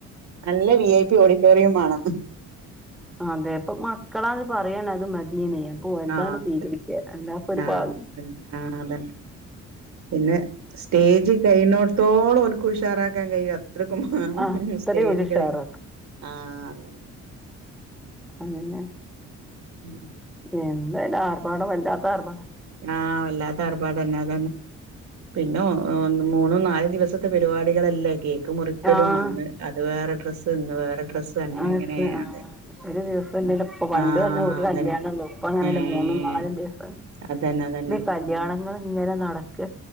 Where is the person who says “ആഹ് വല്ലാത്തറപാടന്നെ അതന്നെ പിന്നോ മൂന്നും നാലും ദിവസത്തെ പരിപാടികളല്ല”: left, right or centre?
Right